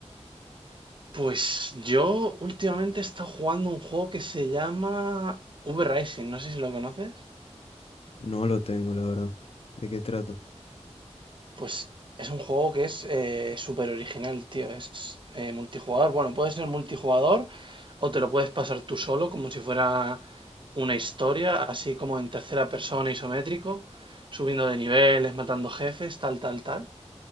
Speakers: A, on the right; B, on the left.
A: Pues yo últimamente he estado jugando un juego que se llama V-Rising, no sé si lo conoces.
B: No lo tengo, la verdad. ¿De qué trato?
A: Pues es un juego que es eh, súper original, tío. Es eh, multijugador. Bueno, puede ser multijugador o te lo puedes pasar tú solo, como si fuera una historia, así como en tercera persona isométrico, subiendo de niveles, matando jefes, tal, tal, tal.